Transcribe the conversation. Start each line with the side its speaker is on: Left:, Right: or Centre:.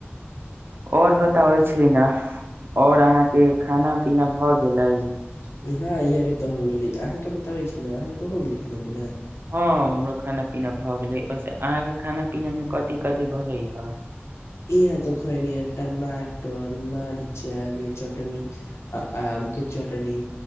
Right: और बताबै छी ना और अहाँके खाना पीना भ गेलै।
Left: हँ यहाँ के तऽ हो गेलै अहाँके बताबै छी ने अहाँके हो गेली खाना पीना।
Right: हँ हमरो खाना पीना भऽ गेलै ओसे अहाँके खाना पीनामे कथि कथि भैले ह।
Left: इह त खेनि ए टमाटर मरचाके चटनी आ आमके चटनी